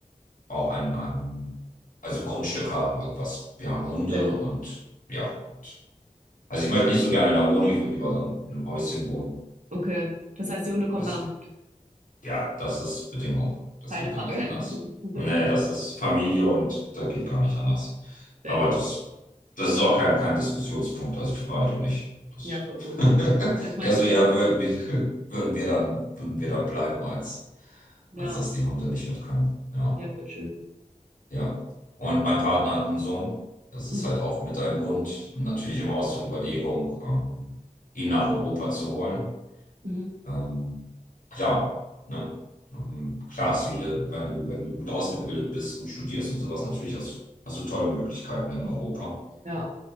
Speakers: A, on the left; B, on the right.
A: auch ein, ein also ein Grundstück haben, irgendwas. Wir haben Hunde
B: Ja.
A: und ja. Und, also ich möchte nicht so gerne in einer Wohnung, ich würde lieber so in einem Häuschen wohnen.
B: Okay. Das heißt, die Hunde kommen
A: Bis,
B: dann auch noch,
A: ja, das ist Bedingung. Das
B: keine
A: geht gar
B: Frage.
A: nicht anders.
B: <laughs>
A: Nee, das ist Familie und das geht gar nicht anders.
B: Sehr
A: Aber
B: gut.
A: das, das ist auch kein, kein Diskussionspunkt, also für beide nicht. Das,
B: Ja, voll gut. Ich
A: <laughs>
B: meine,
A: eher
B: ich
A: so
B: kenne,
A: eher würden wir, würden wir dann, würden wir dann bleiben, als,
B: ja,
A: als dass die Hunde nicht mit können. Ja.
B: ja, voll schön.
A: Ja, und mein Partner hat einen Sohn. Das
B: Mhm,
A: ist halt auch mit ein Grund, natürlich immer aus der Überlegung, ähm, ihn nach Europa zu holen.
B: mhm.
A: Ähm, klar, ne? Ähm, klar hast du hier, wenn du, wenn du gut ausgebildet bist, gut studierst und sowas, natürlich hast, hast du tolle Möglichkeiten in Europa.
B: Ja,